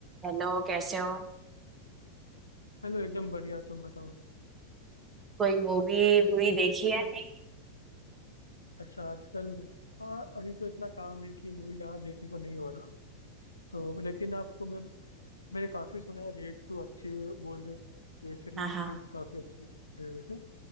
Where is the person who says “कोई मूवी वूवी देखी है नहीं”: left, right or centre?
Right